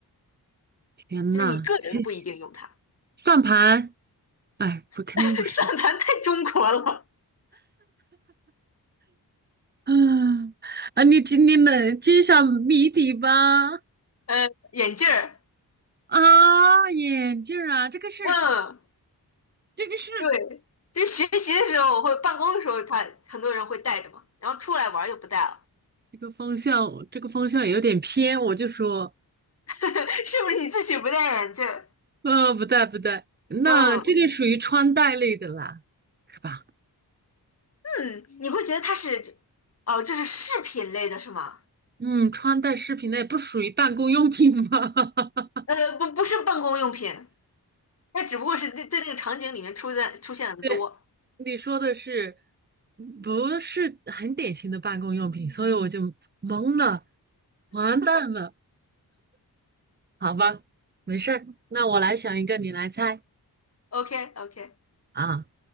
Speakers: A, on the right; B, on the left.
A: 天呐，
B: 就是你个人不一定用它。
A: 西算盘，哎，不，肯定不是。
B: <laughs> 算盘太中国了，
A: 嗯啊，你今天能揭晓谜底吧？
B: 呃，眼镜儿，
A: 啊，眼镜儿啊，这个是
B: 嗯，
A: 这个是
B: 对，其实学习的时候我会，办公的时候他很多人会戴着嘛，然后出来玩儿就不戴了，
A: 这个方向，这个方向有点偏，我就说，
B: <laughs> 是不是你自己不戴眼镜儿？
A: 呃，不带不带，那这个属于穿戴类的啦，
B: 嗯
A: 是吧？
B: 嗯，你会觉得它是，哦，这是饰品类的是吗？
A: 嗯，穿戴饰品类不属于办公用品吧？<laughs>
B: 呃，不，不是办公用品，它只不过是在在那个场景里面出在出现的多。
A: 对，你说的是，不是很典型的办公用品，所以我就懵了，完蛋了，好吧，没事儿，那我来想一个，你来猜
B: OK OK，
A: 啊。